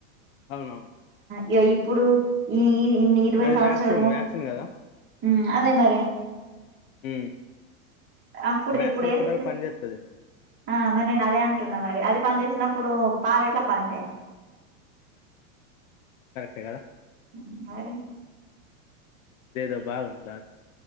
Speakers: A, on the left; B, on the right.
A: ఔనవును
B: ఇగ ఇప్పుడు ఈ ఈ ఇన్ ఇరవై
A: అది
B: సంవత్స్రాలము
A: వ్యాక్సిన్ వ్యాక్సిన్ కదా
B: మ్ అదే మరి
A: మ్
B: అప్పుడుది
A: ఆ వ్యాక్సిన్
B: ఇప్పుడు
A: ఎప్పుడి
B: వేస్తే
A: దాక పనిచేత్తది
B: ఆ మర్ నేన్ అదే అంటున్న మరి అది పని చేసినప్పుడు పాలెట్ల పన్ చేయయ్
A: కరెక్టెగద
B: మ్ మరి
A: ఇదేదో బాగుంది లాగ్